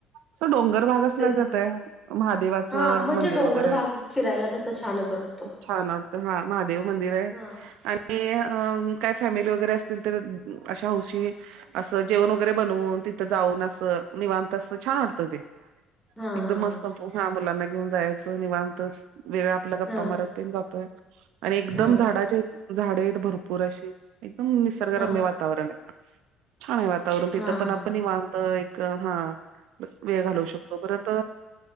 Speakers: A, on the right; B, in the centre.
A: असं डोंगर भागच
B: तेच
A: लागत आहे महादेवाचं
B: हा म्हणजे
A: मंदिर
B: डोंगर
A: वगैरे
B: भाग फिरायला तस छानच वाटतो
A: छान ह महादेव मंदिर आहे
B: हा
A: आणि ते काय फॅमिली वगैरे असतील अशा हौशी असं जेवण वगैरे बनवून तिथं जाऊन असं निवांत अस छान वाटतं ते.
B: हा
A: एकदम
B: हा
A: मस्त
B: हा
A: पोहा मुलांना घेऊन जायचं निवांत वेळ आपला गप्पा
B: हा
A: मारत तेन जातोय. आणि एकदम
B: हा
A: झाडाच्या झाडे हेत भरपूर अशी एकदम निसर्गरम्य
B: हा
A: वात तावरण छान हाये वातावरण तिथ
B: हा
A: पण आपण
B: हा हा
A: निवांत अ एक हा वेळ घालवू शकतो परत